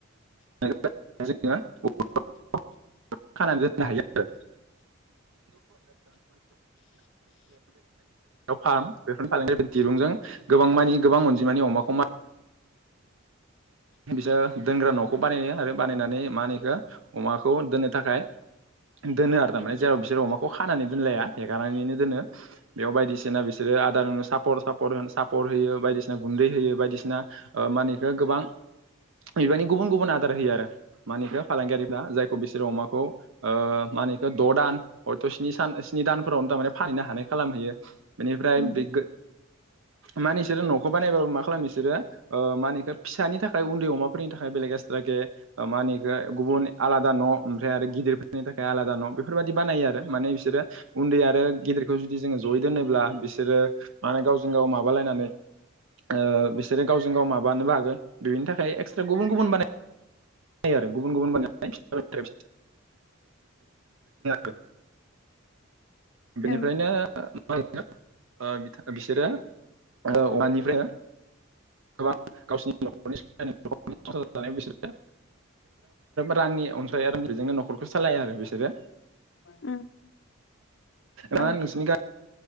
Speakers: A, on the right; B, on the left.
A: जोङो <unintelligible> <inaudible> खानानै दोननो हायो आरो। <inaudible> फार्म बेफोरनि <unintelligible> <inaudible> दिरुंजों गोबां मानि गोबां अनजिमानि अमाखौ मा बिसोर दोनग्रा न'खौ बानायो आरो बानायनानै मा होनो बेखौ अमाखौ दोननो थाखाय दोनो आरो थारमाने जेराव बिसोर अमाखौ खानानै दोनलाया हेगारनानैनो दोनो। बेयाव बायदिसिना बिसोरो आदारनो सापर सापर होयो सापर होयो बायदिसिना गुन्दै होयो बायदिसिना ओ मा होनो बेखौ गोबां
B: <inaudible>
A: बेबायदि गुबुन गुबुन आदार होयो आरो मा होनो बेखौ फालांगियारिफ्रा जायखौ बिसोरो अमाखौ ओ मा होनो बेखौ द' दान हयथ' स्नि सान स्नि दानफोरावनो थारमाने फानहैनो हानाय खालामहैयो। बिनिफ्राय
B: उम
A: बे गो मा होनो बिसोरो न'खौ बानायबाबो मा खालामो बिसोरो ओ मा होनो फिसानि थाखाय उन्दै अमाफोरनि थाखाय बेलेग एक्सट्राके मा होनो बेखौ गुबुन आलादा न' ओमफ्राय आरो गिदिरफोरनि थाखाय आलादा न' बेफोरबायदि बानायो आरो माने बिसोर उन्दै आरो गिदिर खौ जुदि जोङो जयै दोनोब्ला बिसोरो माने गावजों गाव माबालायनानै ओ बिसोरो गावजों गाव माबानोबो हागोन बेनि थाखाय एक्सट्रा गुबुन गुबुन बानायो आरो गुबुन गुबुन बानाय <inaudible> <unintelligible> बेनिफ्रायनो
B: औ
A: <unintelligible> ओ बिसोरो अमानिफ्रायनो गोबां गावसिनि नखरनि <unintelligible> बिसोरो <unintelligible> रांनि अनसाय बेजोंनो न'खरखौ सालाया आरो बिसोरो
B: उम
A: नंङा
B: औ
A: नोंसिनि गाम